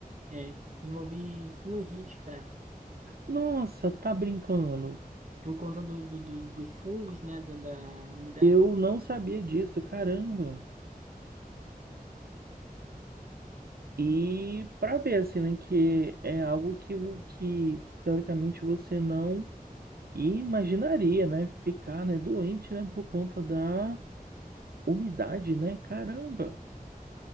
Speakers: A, on the right; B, on the right.
A: é, desenvolvi sinusite, cara,
B: Nossa, tá brincando.
A: por conta do, do- do- dos fungos, né, da da umidade.
B: Eu não sabia disso, caramba. E para ver, assim, né, que é algo que, o- que teoricamente você não imaginaria, né? Ficar, né, doente, né, por conta da umidade, né? Caramba!